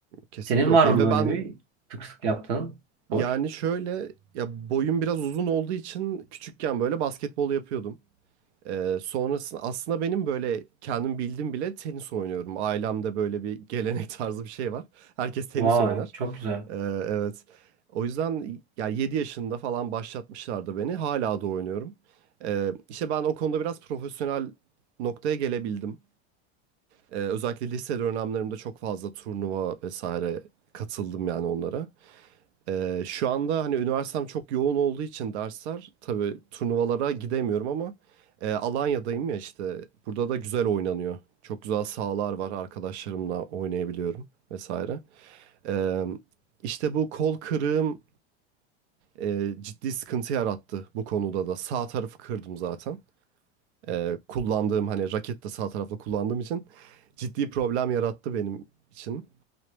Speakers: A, on the right; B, on the right.
A: kesinlikle
B: Senin
A: okey.
B: var mı
A: Ve
B: böyle
A: ben
B: bir sık sık yaptığın spor?
A: yani şöyle ya boyum biraz uzun olduğu için küçükken böyle basketbol yapıyordum. Ee, sonrasında aslında benim böyle kendim bildim bile tenis oynuyorum. Ailemde böyle bir gelenek <laughs> tarzı bir şey var. Herkes tenis
B: Vay
A: oynar.
B: çok güzel.
A: Ee, evet. O yüzden ya 7 yaşında falan başlatmışlardı beni. Hala da oynuyorum. Ee, işte ben o konuda biraz profesyonel noktaya gelebildim. Ee, özellikle lise dönemlerimde çok fazla turnuva vesaire katıldım yani onlara. Ee, şu anda hani üniversitem çok yoğun olduğu için dersler tabii turnuvalara gidemiyorum ama e, Alanya'dayım ya işte. Burada da güzel oynanıyor. Çok güzel sahalar var. Arkadaşlarımla oynayabiliyorum vesaire. Ee, işte bu kol kırığım e, ciddi sıkıntı yarattı bu konuda da. Sağ tarafı kırdım zaten. E, kullandığım hani raket de sağ tarafla kullandığım için ciddi problem yarattı benim için.